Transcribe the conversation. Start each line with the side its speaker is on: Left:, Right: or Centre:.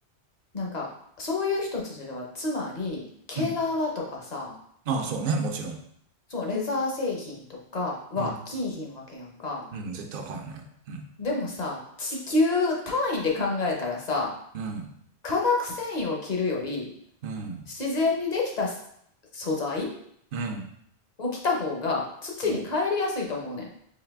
Left: なんかそういう人たちではつまり毛皮とかさ
Right: うん。ああ、そうね。もちろん。
Left: そうレザー製品とかは着いひんわけやんか
Right: うん。うん。絶対あかんよね。うん。
Left: でもさ地球単位で考えたらさ
Right: うん。
Left: 化学繊維を着るより
Right: うん。
Left: 自然にできたす素材
Right: うん。
Left: を着た方が土に帰りやすいと思うねん
Right: うん